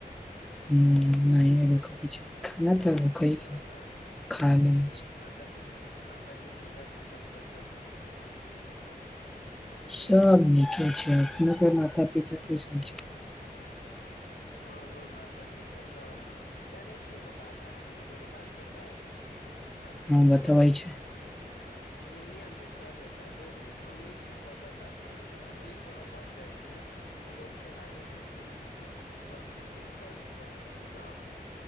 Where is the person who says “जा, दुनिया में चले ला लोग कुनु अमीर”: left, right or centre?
Left